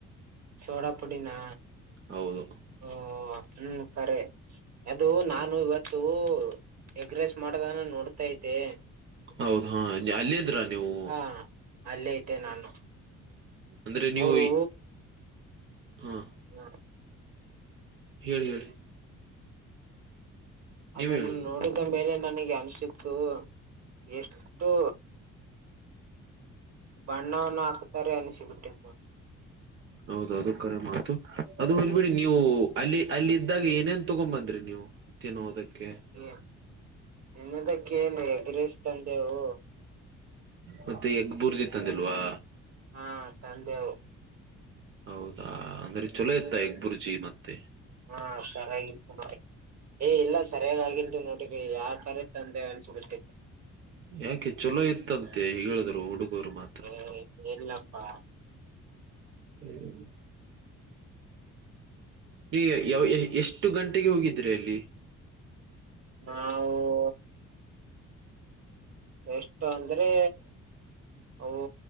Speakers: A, on the right; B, on the right.
A: ಸೋಡಾ ಪುಡಿನಾ
B: ಹೌದು
A: ಹ್ಮ್ ಹ್ಮ ಕರೆ ಅದು ನಾನು ಇವತ್ತೂ ಎಗ್ರೆಸ್ ಮಾಡೋದನ್ನ ನೋಡ್ತಾ ಇದ್ದೆ.
B: ಹೌದ ಹಾ ಅಲ್ಲೇ ಇದ್ರ ನೀವು
A: ಹಾ ಅಲ್ಲೇ ಇದ್ದೆ ನಾನು
B: ಅಂದ್ರೆ ನೀವೂ
A: ಅವರು
B: ಹಾ
A: ಹಾ
B: ಹೇಳಿ ಹೇಳಿ. ನೀವ್
A: ಅದನ್ನ
B: ಹೇಳಿ
A: ನೋಡಿದ ಮೇಲೆ ನನಗೆ ಅನಿಸಿತ್ತು ಎಷ್ಟು ಬಣ್ಣವನ್ನು ಹಾಕ್ತಾರೆ ಅನಿಸಿಬಿಟ್ಟಿತು.
B: ಹೌದು ಅದು ಕರೆ ಮಾ ತು ಅದು ಅದ್ ಬೀಡಿ ನೀವು ಅಲ್ಲಿ ಅಲ್ಲಿ ಇದ್ದಾಗ ಏನೇನ್ ತುಗೊಂದ ಬಂದ್ರಿ ನೀವು ತಿನ್ನುವುದಕ್ಕೆ
A: ಹ್ಮ ತಿನ್ನುದಕ್ಕೆ ಏನ ಎಗ್ರೆಸ್ ತಂದೆವು.
B: ಮತ್ತೆ ಎಗ್ ಬುರ್ಜಿ ತಂದಿಲ್ವಾ.
A: ಹಾ ತಂದೇವು.
B: ಹೌದಾ ಅಂದ್ರೆ ಚಲೋ ಇತ್ತ ಎಗ್ಗ್ ಬೂರ್ಜಿ ಮತ್ತೆ.
A: ಹಾ ಸರೆ ಇತ್ತು ನೋಡಿ. ಏ ಇಲ್ಲ ಸರಿಯಾಗಿತು ನೋಡಿಲ್ಲಿ ಯಾಕಾರ ತಂದೆ ಅನಿಸಿಬಿಟ್ಟಿತು.
B: ಯಾಕೆ ಚಲೋ ಇತ್ತಂತೆ ಹೇಳಿದ್ರು ಹುಡುಗರು ಮ
A: ಯ ಇಲ್ಲಪ್ಪಾ
B: <inaudible> ಇ ಯ ಎಷ್ಟು ಗಂಟೆಗೆ ಹೋಗಿದ್ರಿ ಅಲ್ಲಿ.
A: ನಾವು ಎಷ್ಟು ಅಂದ್ರೆ ಅವು